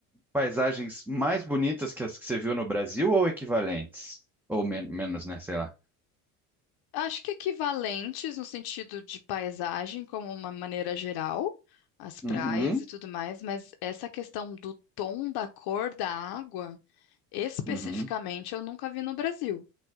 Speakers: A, in the centre; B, on the left.
A: paisagens mais bonitas que as que você viu no Brasil ou equivalentes? Ou men- menos, né? Sei lá.
B: Acho que equivalentes no sentido de paisagem, como uma maneira geral, as praias
A: Uhum,
B: e tudo mais, mas essa questão do tom da cor da água Especificamente,
A: uhum,
B: eu nunca vi no Brasil